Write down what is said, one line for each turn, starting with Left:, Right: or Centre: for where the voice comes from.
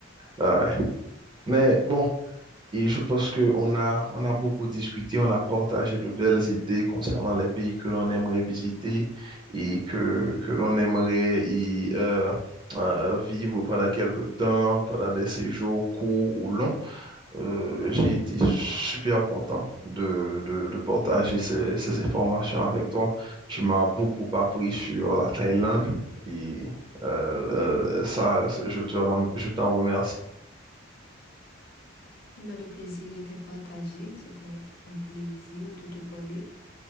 Right: Ah ouais. Mais bon. Et je pense qu'on a, on a beaucoup discuté, on a partagé de belles idées concernant les pays que l'on aimerait visiter et que, que l'on aimerait y euh, euh, vivre pendant quelques temps, pendant des séjours courts ou longs. Euh, j'ai été super content de, de, de partager ces, ces informations avec toi. Tu m'as beaucoup appris sur la Thaïlande et euh, euh, ça, je te, rem- je t'en remercie.
Left: Eh bien, le plaisir était partagé. C'était un plaisir de te parler.